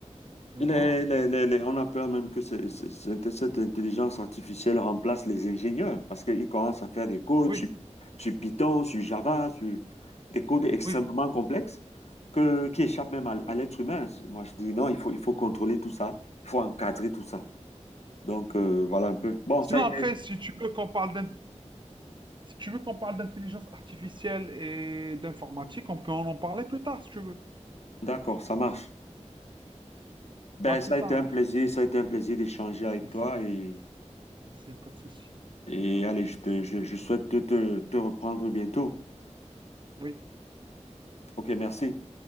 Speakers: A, on the right; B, on the left.
A: Voilà.
B: Il est, il est- il est- il est- on a peur même que c'est- c'est- cette cette intelligence artificielle remplace les ingénieurs parce qu'ils commencent à faire des codes
A: Oui,
B: sur, sur Python, sur Java,
A: oui,
B: sur des codes extrêmement
A: oui.
B: complexes que, qui échappent même à,
A: Oui.
B: à l'être humain. Moi, je dis non, il faut, il faut contrôler tout ça, il faut encadrer tout ça. Donc, euh, voilà un peu. Bon,
A: Sinon,
B: ça a été,
A: après, si tu veux qu'on parle Si tu veux qu'on parle d'intelligence artificielle et d'informatique, on peut en en parler plus tard si tu veux.
B: d'accord, ça marche. Ben,
A: À plus
B: ça a
A: tard
B: été un
A: alors.
B: plaisir, ça a été un plaisir d'échanger avec
A: Merci.
B: toi et,
A: Merci, y a pas de souci.
B: et
A: Ça marche.
B: allez, je te, je, je souhaite te, te te reprendre bientôt.
A: Oui.
B: Ok, merci.